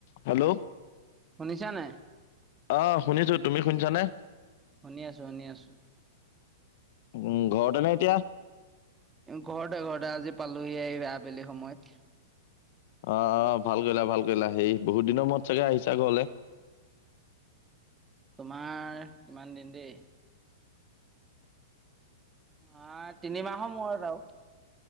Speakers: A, on the left; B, on the right.
A: Hello.
B: শুনিছা নে?
A: অ, শুনিছো। তুমি শুনিছানে?
B: শুনি আছোঁ, শুনি আছোঁ।
A: উম, ঘৰতে নে এতিয়া?
B: ঘৰতে, ঘৰতে আজি পালোহি এইে আবেলি সময়ত।
A: অ, অ ভাল কৰিলা, ভাল কৰিলা। সেই বহুত দিনৰ মূৰত চাগে আহিছা ঘৰলৈ?
B: তোমাৰ কিমান দিন দেই অ, তিনিমাহৰ মূৰত আৰু।